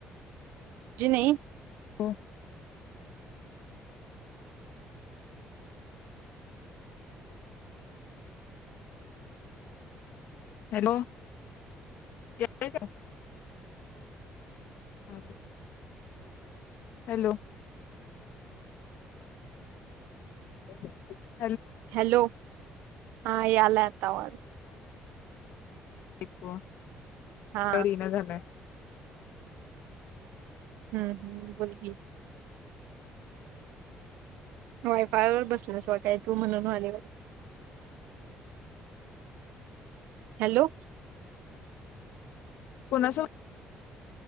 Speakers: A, on the right; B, on the left.
A: जि नाही
B: हो हॅलो येतोय का आवाज? <unintelligible> हॅलो <inaudible>
A: हॅलो हा आला आता आवाज
B: <unintelligible>
A: हा
B: करीना झालाय
A: हम्म हम्म बोल की? वायफायवर बसलीस वाटाय तू म्हणून आली होय. हॅलो
B: कोणा सो